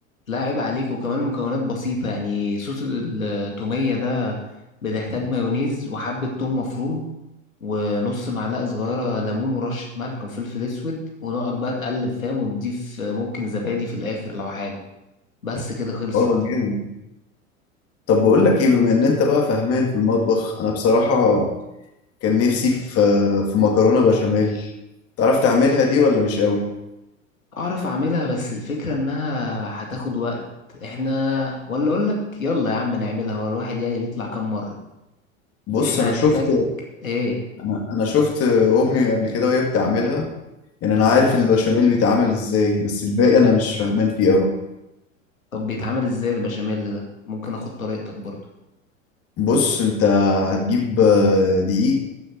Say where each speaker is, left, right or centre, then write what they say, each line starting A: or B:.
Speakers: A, on the left (about 85°); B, on the left (about 35°).
A: لا عيب عليك وكمان مكونات بسيطة يعني صوص التومية ده بتحتاج مايونيز وحبة توم مفروم ونص معلقة صغيرة ليمون ورشة ملح وفلفل اسود ونقعد بقى تقلب فاهم وتضيف آه، ممكن زبادي في الاخر لو حابب بس كده خلصت
B: اه جامد طب بقول لك ايه بما ان انت بقى فاهمان في المطبخ انا بصراحة كان نفسي في في مكرونة بشاميل تعرف تعملها دي ولا مش قوي
A: اعرف اعملها بس الفكرة انها هتاخد وقت احنا ولا اقولك يلا يا عم نعملها هو الواحد يعني بيطلع كام مرة
B: بص
A: احنا
B: انا
A: هنحتاج
B: شفت
A: ايه
B: انا انا شفت امي قبل كده وهي بتعملها يعني انا عارف البشاميل بيتعمل ازاي بس الباقي انا مش فاهمان فيه قوي
A: طب بيتعمل ازاي البشاميل ده ممكن اخد طريقتك برضو
B: بص انت هتجيب آه، دقيق